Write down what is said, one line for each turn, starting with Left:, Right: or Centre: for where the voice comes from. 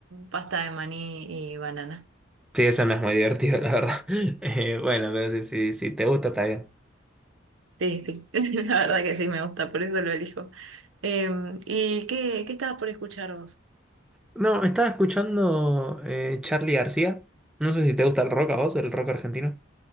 Right: pasta de maní y banana.
Centre: Sí, eso no es muy divertido, la verdad. <laughs> Eh, bueno, pero si, si, si te gusta, está bien.
Right: Sí, sí, <laughs> la verdad que sí me gusta, por eso lo elijo. Em, ¿y qué, qué estabas por escuchar vos?
Centre: No, estaba escuchando eh, Charly García. No sé si te gusta el rock a vos, el rock argentino.